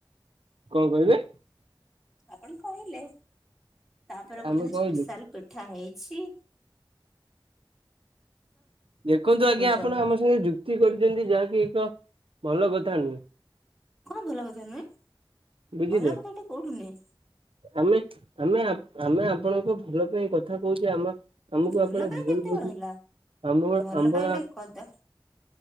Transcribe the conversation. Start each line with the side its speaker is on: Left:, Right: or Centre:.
Right: କଣ କହିଲେ?
Centre: ଆପଣ କହିଲେ। ତାପରେ କହୁଛନ୍ତି
Right: ଆମେ କହିଲୁ
Centre: ସ୍ପେଶାଲ ପିଠା ହେଇ ଛି
Right: ଦେଖନ୍ତୁ ଆଜ୍ଞା
Centre: ସବୁ
Right: ଆପଣ ଆମ ସାଙ୍ଗେ ଯୁକ୍ତି କରୁଛନ୍ତି ଯାହାକି ଏକ ଭଲ କଥା ନୁହେ।
Centre: କଣ ଭଲ କଥା ନୁହେଁ।
Right: ବୁଝିଲେ
Centre: ଭଲ କଥାଟେ କୋଉଠୁ ନୁହେଁ
Right: ଆମେ ଆମେ ଆମେ ଆପଣଙ୍କ ଭଲ ପାଇଁ କଥା କହୁଛି ଆମ ଆମକୁ
Centre: ଭଲ
Right: ଆପଣ
Centre: ପାଇଁ
Right: ଭୁଲ
Centre: କେତେବେଳେ
Right: ବୁଝୁ
Centre: ହେଲା
Right: ଆମ
Centre: ଭଲ
Right: ଆମ୍ବଳା
Centre: ପାଇଁଟା କଦା